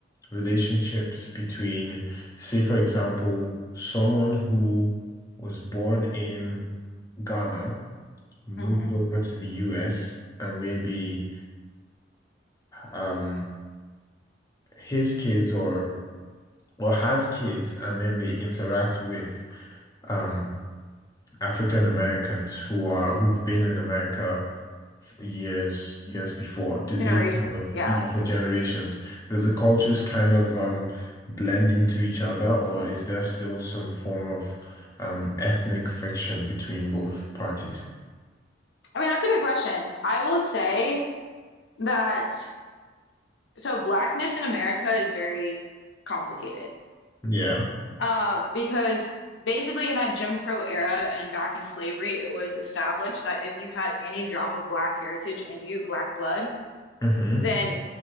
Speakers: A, on the left (about 20°); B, on the left (about 70°).
A: relationships between, say, for example, someone who was born in Ghana? moved
B: hmm
A: over to the US and maybe um his kids or or has kids and then they interact with um African Americans who are who've been in America for years years before. Do they
B: Generations,
A: kind of
B: yeah.
A: you know for generations? Do the cultures kind of um blend into each other or is there still some form of um ethnic friction between both parties?
B: I mean, that's a good question. I will say that so blackness in America is very complicated
A: Yeah.
B: um, because basically in that Jim Crow era and back in slavery, it was established that if you had any drop of black heritage in you, black blood,
A: Mm-hmm.
B: then